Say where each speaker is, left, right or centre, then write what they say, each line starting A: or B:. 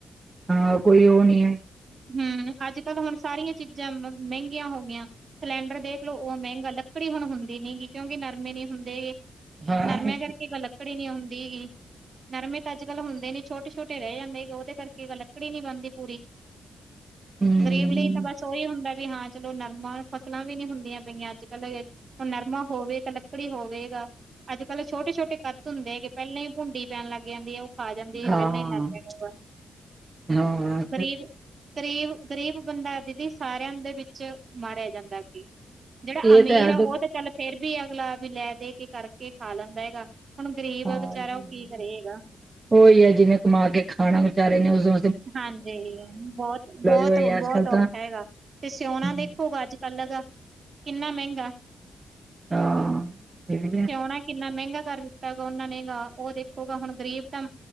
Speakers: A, on the right; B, on the right.
A: ਹਾਂ ਕੋਈ ਉਹ ਨਹੀਂ ਐ।
B: ਹਮ ਅੱਜ-ਕੱਲ ਹੁਣ ਸਾਰੀਆਂ ਚੀਜ਼ਾਂ ਮਹਿੰਗੀਆਂ ਹੋ ਗਈਆਂ। ਸਿਲੰਡਰ ਦੇਖ ਲਓ ਉਹ ਮਹਿੰਗਾ, ਲੱਕੜੀ ਹੁਣ ਹੁੰਦੀ ਨੀ ਗੀ ਕਿਉਂਕਿ ਨਰਮੇ ਨਹੀਂ ਹੁੰਦੇ ਹੇਗੇ।
A: ਹਾਂ
B: ਨਰਮਿਆਂ ਕਰਕੇ ਗਲਤ ਲੱਕੜੀ ਨੀ ਹੁੰਦੀਗੀ, ਨਰਮੇ ਤਾਂ ਅੱਜ ਕਲ ਹੁੰਦੇ ਨੀ ਛੋਟੇ ਛੋਟੇ ਰਹਿ ਜਾਂਦੇ ਉਹ ਦੇ ਕਰਕੇ ਲੱਕੜੀ ਨੀ ਬਣਦੀ ਪੂਰੀ,
A: ਹਮ
B: ਗ਼ਰੀਬ ਲਈ ਤਾਂ ਬਸ ਉਹੀ ਹੁੰਦਾ ਵੀ ਹਾਂ ਚਲੋ ਨਰਮਾ ਫਸਲਾਂ ਵੀ ਨੀ ਹੁੰਦੀਆਂ ਪਈਆਂ, ਅੱਜ-ਕੱਲ ਹੁਣ ਨਰਮਾ ਹੋਵੇ ਤਾਂ ਲੱਕੜੀ ਹੋਵੇਗਾ। ਅੱਜ-ਕੱਲ੍ਹ ਛੋਟੇ ਛੋਟੇ ਕਦ ਹੁੰਦੇ ਹੈਗੇ ਪਹਿਲ ਹੀ ਭੁੰਡੀ ਪੈਣ ਲੱਗ ਜਾਂਦੀ ਐ, ਉਹ ਖਾ ਜਾਂਦੀ,
A: ਹਾਂ
B: ਪਹਿਲਾਂ ਹੀ ਨਰਮੈ ਨੂੰਗਾ।
A: ਹਾਂ
B: ਗਰੀਬ ਗਰੀਬ, ਗਰੀਬ ਬੰਦਾ ਦੀਦੀ ਸਾਰਿਆਂ ਦੇ ਵਿੱਚ ਮਾਰਿਆ ਜਾਂਦਾ ਐ ਅੱਗੇ ਜਿਹੜਾ
A: ਇਹ
B: ਅਮੀਰ
A: ਤਾਂ ਹੈ
B: ਆ, ਉਹ ਤੇ ਚੱਲ ਫੇਰ ਵੀ ਅਗਲਾ ਵੀ ਲੈ ਦੇ ਕੇ ਕਰਕੇ ਖਾ ਲੈਂਦਾ ਹੈਗਾ। ਹੁਣ ਗ਼ਰੀਬ
A: ਹਾਂ
B: ਆ ਵਿਚਾਰਾ ਉਹ ਕੀ ਕਰੇਗਾ??
A: ਉਹੀ ਐ ਜਿਹਨੇ ਕਮਾ ਕੇ ਖਾਣਾ ਵਿਚਾਰੇ ਨੇ ਉਸਦੋਂ
B: ਹਾਂਜੀ, ਬੋਤ-ਬੋਤ-ਬੋਤ
A: ਹੋਏ ਆ ਅੱਜ ਕੱਲ੍ਹ
B: ਔਖਾ
A: ਤਾਂ
B: ਹੈਗਾ ਤੇ ਸਿਉਣਾ
A: ਹਮ
B: ਦੇਖੋ ਗਾਜ ਪਲਗਾ, ਕਿੰਨਾ ਮਹਿੰਗਾ
A: ਹਾਂ, ਇਹ ਵੀ
B: ਸੋਓਣਾ ਕਿੰਨਾ ਮਹਿੰਗਾ ਕਰ ਦਿੱਤਾ ਗਾ ਉਹਨਾਂ ਨੇ ਗ ਉਹ ਦੇਖੋਗਾ ਹੁਣ ਗ਼ਰੀਬ ਤਾਂ